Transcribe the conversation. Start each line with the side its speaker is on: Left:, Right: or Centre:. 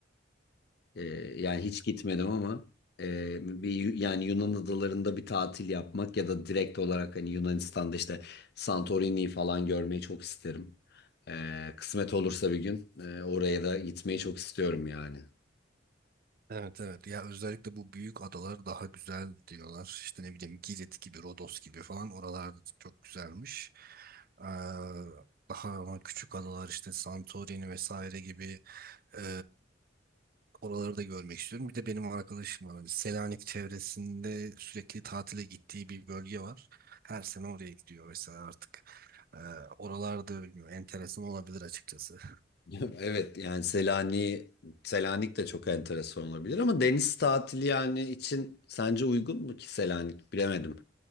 Left: Ee, yani hiç gitmedim ama e, bir Yu- yani Yunan adalarında bir tatil yapmak ya da direkt olarak hani Yunanistan'da işte Santorini'yi falan görmeyi çok isterim. Ee, kısmet olursa bir gün e, oraya da gitmeyi çok istiyorum yani.
Right: Evet evet ya özellikle bu büyük adalar daha güzel diyorlar işte ne bileyim Girit gibi Rodos gibi falan oralarda çok güzelmiş. Ee, daha ama küçük adalar işte Santorini vesaire gibi Ee, oraları da görmek istiyorum. Bir de benim arkadaşım var. Hani Selanik çevresinde sürekli tatile gittiği bir bölge var. Her sene oraya gidiyor mesela artık. Ee, oralarda bilmiyorum. Enteresan olabilir açıkçası.
Left: <laughs> Evet yani Selanik, Selanik de çok enteresan olabilir ama deniz tatili yani için sence uygun mu ki Selanik bilemedim.